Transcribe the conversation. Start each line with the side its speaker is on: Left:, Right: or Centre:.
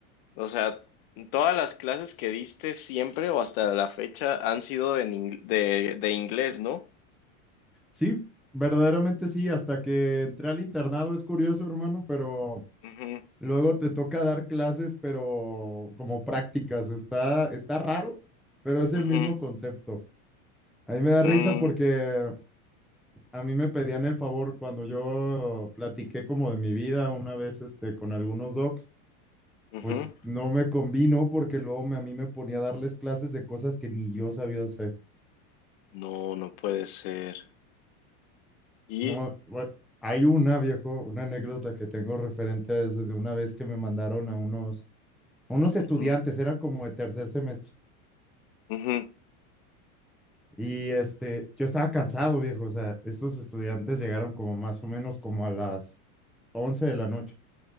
Left: o sea, todas las clases que diste siempre o hasta la fecha han sido en ing- de, de inglés, ¿no?
Centre: Sí, verdaderamente sí. Hasta que entré al internado es curioso, hermano, pero
Left: Ujú,
Centre: Luego te toca dar clases, pero como prácticas. Está, está raro, pero es
Left: ujú,
Centre: el mismo concepto. A mí me da
Left: mm,
Centre: risa porque a mí me pedían el favor cuando yo platiqué como de mi vida una vez este, con algunos docs,
Left: ujú.
Centre: pues no me convino porque luego me- a mí me ponía a darles clases de cosas que ni yo sabía hacer.
Left: No, no puede ser. Y,
Centre: Mo- bu- hay una, viejo, una anécdota que tengo referente a eso de una vez que me mandaron a unos, a unos estudiantes,
Left: ujú,
Centre: eran como de tercer semestre
Left: ujú,
Centre: Y este, yo estaba cansado, viejo. O sea, estos estudiantes llegaron como más o menos como a las 11 de la noche.